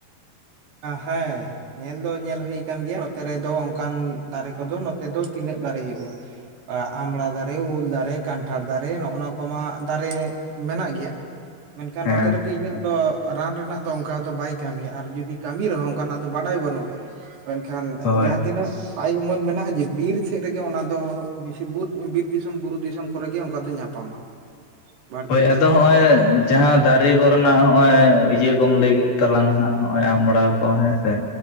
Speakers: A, on the right; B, on the left.
A: ᱦᱮᱸ ᱧᱮᱞ ᱫᱚ ᱧᱮᱞ ᱦᱩᱭᱩ ᱟᱠᱟᱱ ᱜᱮᱭᱟ᱾ ᱱᱚᱛᱮ ᱨᱮᱫᱚ ᱚᱱᱠᱟᱱ ᱫᱟᱨᱮ ᱠᱚᱫᱚ ᱱᱚᱛᱮ ᱫᱚ ᱛᱤᱱᱟᱹᱜ ᱫᱟᱨᱮ ᱦᱩᱭᱩᱜᱼᱟ, ᱟᱢᱲᱟ ᱫᱟᱨᱮ ᱩᱞ ᱫᱟᱨᱮ ᱠᱟᱱᱴᱷᱟᱲ ᱫᱟᱨᱮ ᱱᱚᱜᱼᱱᱟ ᱠᱚᱢᱟ ᱫᱟᱨᱮ ᱢᱮᱱᱟᱜ ᱜᱮᱭᱟ, ᱢᱮᱱᱠᱷᱟᱱ
B: ᱦᱮᱸ
A: ᱱᱚᱛᱮ ᱨᱮᱫᱚ ᱤᱱᱟᱹᱜ ᱫᱚ ᱨᱟᱱ ᱨᱮᱱᱟᱜ ᱫᱚ ᱚᱱᱠᱟ ᱫᱚ ᱵᱟᱭ ᱠᱟᱹᱢᱤᱭᱟ ᱟᱨ ᱡᱩᱫᱤ ᱠᱟᱹᱢᱤ ᱨᱮᱦᱚᱸ ᱚᱱᱠᱟᱱᱟᱜ ᱫᱚ ᱵᱟᱰᱟᱭ ᱵᱟᱹᱱᱩᱜᱼᱟ, ᱢᱮᱱᱠᱷᱟᱱ
B: ᱦᱳᱭ
A: ᱡᱟᱦᱟᱸ ᱛᱤᱱᱟᱹᱜ ᱟᱭ ᱩᱢᱟᱹᱨ ᱢᱮᱱᱟᱜᱼᱟ ᱡᱮ ᱵᱤᱨ ᱥᱮᱫ ᱨᱮᱜᱮ ᱚᱱᱟ ᱫᱚ ᱵᱮᱥᱤ ᱵᱤᱨ ᱫᱤᱥᱚᱢ ᱵᱩᱨᱩ ᱫᱤᱥᱚᱢ ᱠᱚᱨᱮ ᱜᱮ ᱚᱱᱠᱟ ᱫᱚ ᱧᱟᱯᱟᱢᱟ <inaudible> <unintelligible>
B: ᱦᱳᱭ
A: ᱠᱟᱭᱛᱮ
B: ᱟᱫᱚ ᱦᱚᱜᱼᱚᱭ ᱡᱟᱦᱟᱸ ᱫᱟᱨᱮ ᱠᱚᱨᱮᱱᱟᱜ ᱦᱚᱸᱜᱼᱚᱭ ᱤᱭᱟᱹ ᱠᱚᱢ ᱞᱟᱹᱜᱤᱫ ᱛᱟᱞᱟᱝ ᱦᱟᱸᱜ ᱦᱚᱸᱜᱼᱚᱭ ᱟᱢᱲᱟ ᱠᱚ ᱦᱮᱸ ᱥᱮ